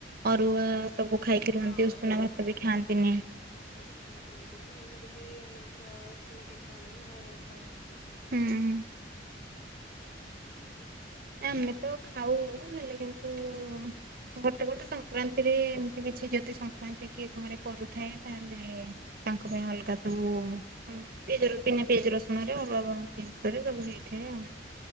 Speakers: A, on the right (about 50°); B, on the left (about 45°).
A: ଅରୁଆ ସବୁ
B: ଆଉ
A: ଖାଇକି ରୁହନ୍ତି
B: ହଁ
A: ଉଷୁନା
B: ଅରୁଆ
A: ଭାତ
B: ଖାଆନ୍ତି।
A: ବି ଖାଆନ୍ତିନି।
B: ଉଷୁନା ଖାଆନ୍ତିନି ଆମର ବି ଆମେ ଏଠି ଉଷୁନା କେହି ଖାଉନୁ ଅରୁଆ ଖାଉ।
A: ହୁଁ। ହୁଁ। ଆମେ ତ ଖାଉ ହେଲେ କିନ୍ତୁ ଗୋଟେ ଗୋଟେ ସଂକ୍ରାନ୍ତି ରେ ଏମିତି କିଛି ଯଦି ସଂକ୍ରାନ୍ତି କିଏ ଘରେ କରୁଥାଏ ତାହେଲେ ତାଙ୍କ ପାଇଁ ଅଲଗା ସବୁ ହଁ ପିଆଜ ର ପିଆଜ ରସୁଣରେ ଅରୁଆ ଭିତରେ ସବୁ ହେଇଥାଏ ଆଉ।